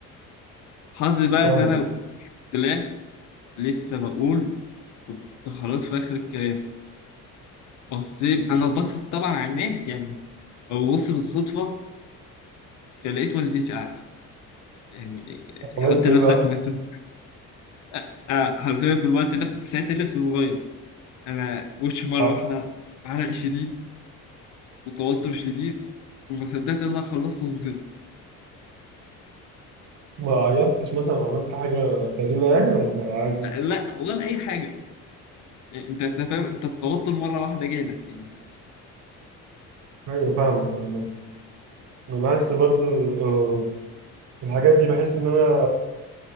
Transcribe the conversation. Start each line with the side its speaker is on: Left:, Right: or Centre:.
Left: حظي بقى
Right: فاهمك
Left: ان انا طلعت لسه بقول كنت خلاص في اخر الكلام بصيت انا ببصص طبعا على الناس يعني ببص بالصدفه فلقيت والدتي قاعده يعني
Right: عملت
Left: حط نفسك
Right: ايه بقى؟
Left: مثلا أ- أ- حرفيا في الوقت ده كنت ساعتها لسه صغير انا وشي مره
Right: ع-
Left: واحده عرق شديد وتوتر شديد وما صدقت ان انا خلصت ونزلت
Right: ما عيطتش مثلا أو عملت حاجة غريبة يعني ولا عادي؟
Left: أ- لا ولا اي حاجه انت فاهم انت التوتر مره واحده جالك يعني
Right: ايوه فاهمك عامة. انا بحس برضو آه، الحاجات دي بحس ان انا